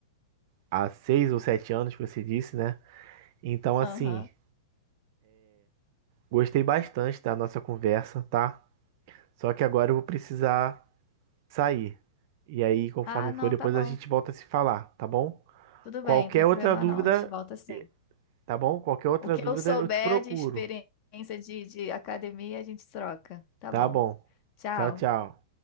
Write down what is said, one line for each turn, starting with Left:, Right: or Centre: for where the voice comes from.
Right: há seis ou sete anos, que você disse, né? Então, assim,
Left: Aham.
Right: gostei bastante da nossa conversa, tá? Só que agora eu vou precisar sair. E aí, conforme
Left: Ah, não,
Right: for, depois
Left: tá bom.
Right: a gente volta a se falar, tá bom?
Left: Tudo
Right: Qualquer
Left: bem, tem
Right: outra
Left: problema
Right: dúvida,
Left: não. A gente volta sim.
Right: eh, tá bom? Qualquer outra
Left: O que
Right: dúvida
Left: eu souber
Right: eu te procuro,
Left: de experiência de, de academia, a gente troca. Tá
Right: tá
Left: bom.
Right: bom?
Left: Tchau.
Right: Tchau, tchau.